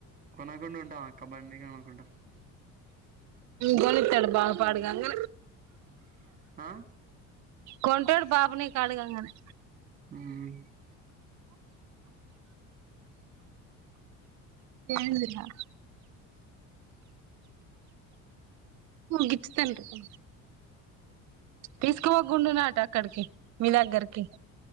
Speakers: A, on the right; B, on the right.
A: కొనకుండా ఉంటమా అక్క బండి కొనకుండా
B: కొనిత్తాడు బావ పాడుగాను
A: ఆ
B: కొంటడు బాబు నీకు అడగంగానే
A: మ్మ్
B: ఏంది రా గిచ్చుతాండ్రు <unintelligible> తీసుకోవో గుండున్నాట అక్కడికి, మీ దగ్గరకి.